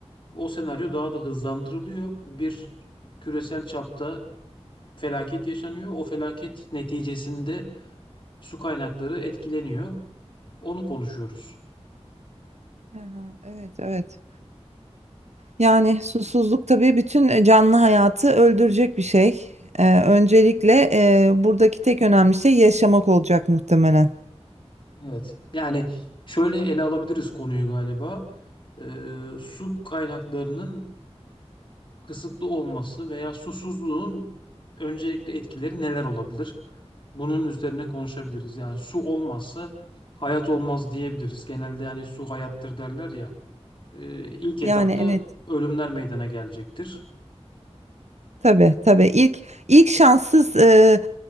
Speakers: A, on the left; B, on the right.
A: o senaryo daha da hızlandırılıyor. Bir küresel çapta felaket yaşanıyor. O felaket neticesinde su kaynakları etkileniyor. Onu konuşuyoruz.
B: Aha, Evet, evet. Yani susuzluk tabii bütün e, canlı hayatı öldürecek bir şey. Ee, öncelikle e, buradaki tek önemli şey yaşamak olacak muhtemelen.
A: Evet. Yani şöyle ele alabiliriz konuyu galiba. Ee, su kaynaklarının kısıtlı olması veya susuzluğun öncelikle etkileri neler olabilir? Bunun üzerine konuşabiliriz. Yani su olmazsa hayat olmaz diyebiliriz. Genelde hani su hayattır derler ya. Ee, ilk etapta
B: Yani evet,
A: ölümler meydana gelecektir.
B: tabii tabii. İlk ilk şanssız e,